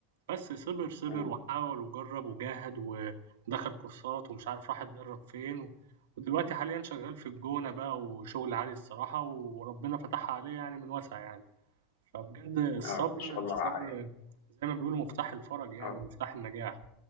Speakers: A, on the right; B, on the left.
A: بس صِبِر، صِبِر
B: أمم.
A: وحاول وجرّب وجاهد ودخل كورسات ومش عارف راح اتدرّب فين، و... ودلوقتي حاليًا شغّال في الجونة بقى وشغل عالي الصراحة وربنا فتحها عليه يعني من واسع يعني. فبجد الصبر
B: اه ما شاء الله
A: الصبر
B: ع-
A: زي ما بيقولوا مفتاح الفرج يعني
B: اه
A: ومفتاح النجاح،